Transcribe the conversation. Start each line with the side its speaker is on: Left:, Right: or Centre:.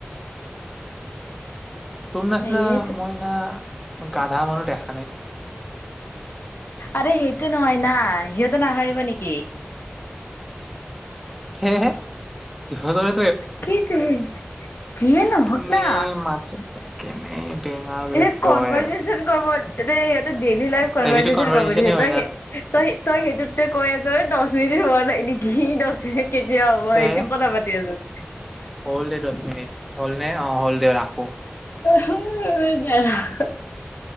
Centre: তোৰ নাচনা
Left: এইটো
Centre: মইনা মই গাধা মানুহ দেখা নাই।
Left: আৰে সেইটো নহয় না সিহঁতে নাহাৰিব নেকি?
Centre: সেয়েহে ইহঁতৰে
Left: কি যে যিয়ে ন
Centre: এনে
Left: হওক না।
Centre: মাত কেনে বেঙা বেতয়
Left: এনে কনভাৰজেচন কৰ তাতেই ডেইলি লাইভ কনভাৰজেচন
Centre: ত সেইটো কনভাৰচেচনে
Left: কৰিব দিছে।
Centre: হয়
Left: তই-তই-তই
Centre: না
Left: সেইটো তই কৈ আছ দছ মিনিট হোৱা নাই নেকি দহ মিনিট কেতিয়া হ'ব
Centre: তে
Left: সেইটোও কথা পাতি আছো।
Centre: হল দে দছ মিনিট। হল নে? অ হল দে ৰাখো।
Left: <unintelligible>